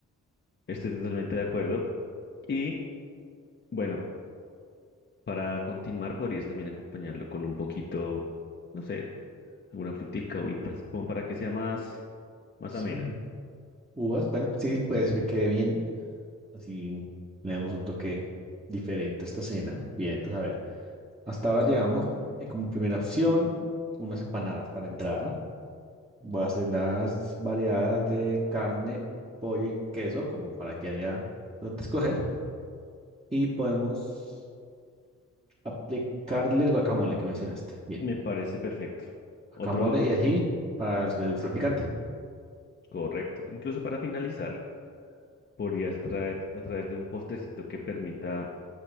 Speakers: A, on the left; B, on the right.
A: Estoy totalmente de acuerdo. Y bueno, para continuar podrías también acompañarlo con un poquito, no sé, alguna frutica, uvitas, como para que sea más, más
B: Sí.
A: amena.
B: Uvas, bueno, sí, puede ser que quede bien. Así le damos un toque diferente a esta cena. Bien, entonces, a ver, hasta ahora llevamos eh, como primera opción unas empanadas para entrada. Voy a hacer las variadas de carne, pollo y queso, como para que haya donde escoger. Y podemos Aplicarle el guacamole que mencionaste. Bien.
A: Me parece perfecto.
B: Guacamole
A: Otro
B: y ají para los que les gusta el picante.
A: correcto. Incluso para finalizar, podrías atraer a través de un postrecito que permita